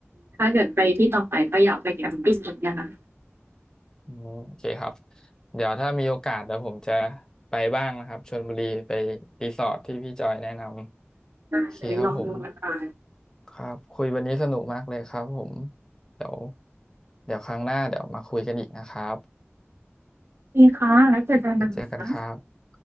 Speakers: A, on the right; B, on the left.
A: ถ้าเกิดไปที่ต่อไปก็อยากไปแคมปิงเหมือนกันนะคะ
B: อืมโอเคครับเดี๋ยวถ้ามีโอกาสเดี๋ยวผมจะไปบ้างนะครับชลบุรีไปรีสอร์ทที่พี่จอยแนะนำ
A: ได้เลยลองดูนะคะ
B: โอเคครับผมครับคุยวันนี้สนุกมากเลยครับผมเดี๋ยวเดี๋ยวครั้งหน้าเดี๋ยวมาคุยกันอีกนะครับ
A: ดีค่ะแล้วเจอกันนะคะ
B: เดี๋ยวเจอกันครับ